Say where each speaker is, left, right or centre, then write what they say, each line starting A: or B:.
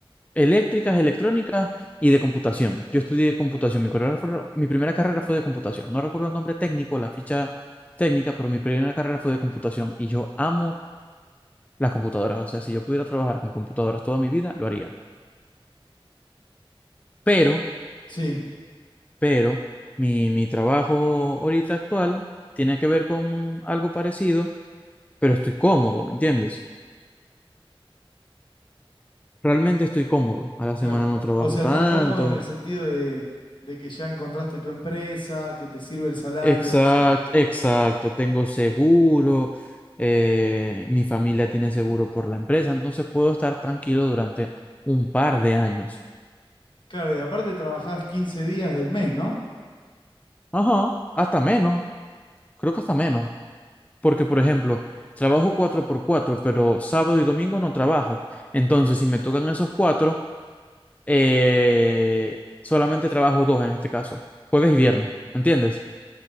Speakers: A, on the left; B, on the left.
A: eléctricas, electrónicas y de computación. Yo estudié computación, mi carrera fue- mi primera carrera fue de computación. No recuerdo el nombre técnico, la ficha técnica, pero mi primera carrera fue de computación y yo amo las computadoras. O sea, si yo pudiera trabajar con computadoras toda mi vida, lo haría. Pero,
B: Sí,
A: pero, mi, mi trabajo ahorita actual tiene que ver con algo parecido, pero estoy cómodo, ¿me entiendes? Realmente estoy cómodo. A la
B: claro.
A: semana no trabajo
B: O sea,
A: tanto.
B: estás cómodo en el sentido de, de que ya encontraste tu empresa, que te sirve el salario,
A: Exacto,
B: eso.
A: exacto. Tengo seguro, eh, mi familia tiene seguro por la empresa, entonces puedo estar tranquilo durante un par de años.
B: Claro, y aparte trabajás 15 días del mes, ¿no?
A: Ajá, hasta menos, creo que hasta menos, porque por ejemplo, trabajo cuatro por cuatro, pero sábado y domingo no trabajo. Entonces, si me tocan esos cuatro, eh, solamente trabajo dos en este caso, jueves y viernes, ¿entiendes?